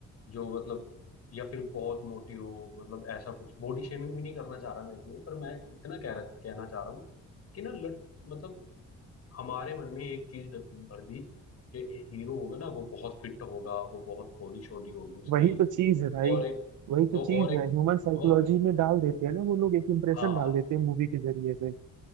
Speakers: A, on the left; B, on the right.
A: जो मतलब या फिर बहुत मोटी हो मतलब ऐसा कुछ बॉडी शेमिंग भी नहीं करना चाह रहा मैं इसमें पर मैं इतना कह रहा कहना चाह रहा हूँ कि ना लड़ मतलब हमारे मन में एक चीज डर- भर दी कि हीरो होगा ना वो बहुत फिट होगा वो बहुत बॉडी शॉडी होगी उसकी
B: वही तो चीज है भाई
A: और एक
B: वही
A: तो
B: तो चीज
A: और एक
B: है ह्यूमन साइकोलॉजी
A: वो
B: में डाल देते हैं ना वो लोग एक इम्प्रेशन
A: हाँ
B: डाल देते हैं मूवी के जरिए से